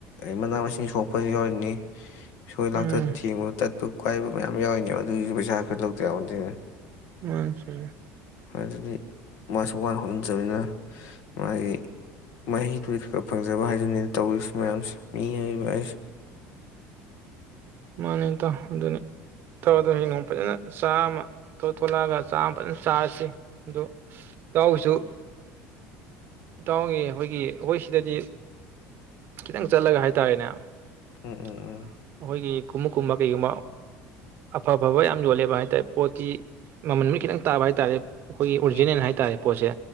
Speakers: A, on the left; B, on the right.
A: ꯃꯅꯥ ꯃꯁꯤꯡ ꯁꯣꯛꯄꯁꯨ ꯌꯥꯎꯔꯤꯅꯤ ꯁꯣꯏ ꯂꯥꯛꯇ
B: ꯎꯝ
A: ꯊꯦꯡꯕꯨꯅ ꯇꯠꯄ ꯀꯥꯏꯕ ꯃꯌꯥꯝ ꯌꯥꯎꯏꯅꯦ ꯑꯗꯨ ꯑꯗꯨꯏ ꯄꯩꯁꯥ ꯈꯔ ꯂꯧꯗꯗꯦ
B: ꯑꯆ
A: ꯑꯗꯨꯗꯤ ꯃꯥꯁꯨ ꯋꯥꯅ ꯍꯧꯣꯅꯟꯖꯕꯅꯤꯅ ꯃꯥꯒꯤ ꯃꯍꯤꯗꯨꯒꯤ ꯈꯔ ꯈꯔ ꯐꯪꯖꯕ ꯍꯥꯏꯗꯨꯅꯤꯅ ꯇꯧꯔꯤꯁꯤ ꯃꯌꯥꯝꯁꯦ ꯃꯤꯏꯕ ꯑꯩꯁꯦ
B: ꯃꯥꯅꯤ ꯑꯗꯨꯅꯤ ꯇꯧꯗꯣ ꯍꯌꯦ ꯅꯣꯡ ꯐꯖꯅ ꯆꯥꯝꯃ ꯊ ꯊꯣꯛꯂꯛꯑꯒ ꯆꯥꯝꯃ ꯐꯖꯅ ꯆꯥꯔꯁꯤ ꯑꯗꯣ ꯆꯥꯎꯕꯁꯨ ꯏꯇꯥꯎꯅꯤ ꯑꯩꯈꯣꯏꯒꯤ ꯑꯩꯈꯣꯏ ꯁꯤꯗꯗꯤ ꯈꯤꯇꯪ ꯆꯠꯂꯒ ꯍꯥꯏꯇꯥꯔꯦꯅꯦ ꯑꯩꯈꯣꯏꯒꯤ
A: ꯎꯝ ꯎꯝ
B: ꯈꯎꯞꯀꯨꯝꯕ ꯀꯩꯒꯨꯝꯕ ꯑꯐ ꯑꯐꯕ ꯌꯥꯝ ꯌꯣꯜꯂꯦꯕ ꯍꯥꯏ ꯇꯔꯦ ꯄꯣꯠꯇꯤ ꯃꯃꯜ ꯈꯤꯇꯪ ꯇꯥꯕ ꯍꯥꯏ ꯇꯥꯔꯦ ꯑꯩꯈꯣꯏꯒꯤ ꯑꯣꯔꯤꯖꯤꯅꯦꯜ
A: ꯎꯝ
B: ꯍꯥꯏꯇꯥꯔꯦ ꯄꯣꯠꯁꯦ